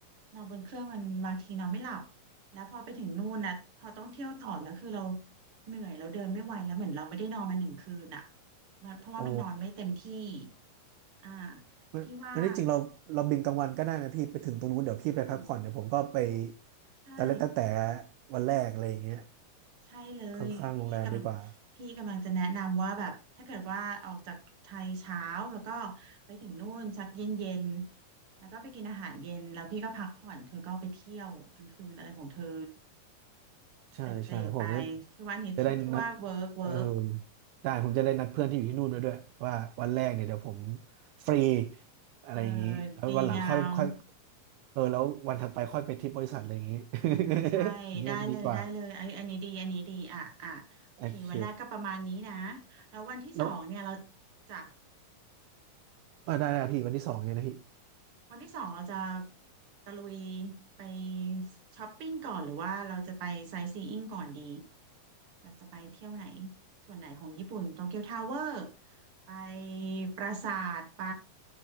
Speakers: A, on the right; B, on the right.
A: นอนบนเครื่องมันบางทีนอนไม่หลับแล้วพอไปถึงนู่นนะพอต้องเที่ยวต่อแล้วคือเราเหนื่อยเราเดินไม่ไหวแล้วเหมือนเราไม่ได้นอนมาหนึ่งคืนอ่ะมันเพราะว่ามันนอนไม่เต็มที่
B: โอ้
A: อ่า
B: งั้นงั้นที่จริงเราเราบินกลางวันก็ได้นะพี่ไปถึงตรงนู้นเดี๋ยวพี่ไปพักผ่อนเดี๋ยวผมก็ไป
A: พี่ว่าอืมใช่
B: แต่ละแต่แต่วันแรกอะไรอย่างเงี้ย
A: ใช่เลยพี่กำพี่กำลังจะแนะนำว่าแบบถ้าเกิดว่าออกจากไทยเช้าแล้วก็
B: ข้างๆโรงแรมดีกว่า
A: ไปถึงนู่นสักเย็นเย็นแล้วก็ไปกินอาหารเย็นแล้วพี่ก็พักผ่อนเธอก็ไปเที่ยวกลางคืนอะไรของเธอ
B: ใช่ใช่ผมจะ
A: เตร่ๆไปพี่ว่านี้ที่พี่ว่าเวิร์กเวิร์ก
B: จะได้นัดเออได้ผมจะได้นัดเพื่อนที่อยู่ที่นู่นไว้ด้วยว่าวันแรกเนี่ยเดี๋ยวผมฟรีอะไรอย่างงี้แล้ววันหลังค่อยค่อย
A: เธอดีงาม
B: เออแล้ววันถัดไปค่อยไปทริปบริษัทอะไรอย่างงี้ <laughs>
A: ใช่ได้เลยได้เลยไอ้อันนี้ดีอันนี้ดีอ่ะอ่ะโอเควันแรกก็ประมาณนี้นะ
B: อย่างงี้น่าจะดีกว่าโอเค
A: แล้ววันที่สองเนี่ยเรา
B: แล้ว
A: จ้ะ
B: อ่าได้ได้พี่วันที่สองไงนะพี่
A: วันที่สองเราจะตะลุยไปช้อปปิ้งก่อนหรือว่าเราจะไปไซต์ซีอิ้งก่อนดีอยากจะไปเที่ยวไหนส่วนไหนของญี่ปุ่นโตเกียวทาวเวอร์ไปปราสาทไป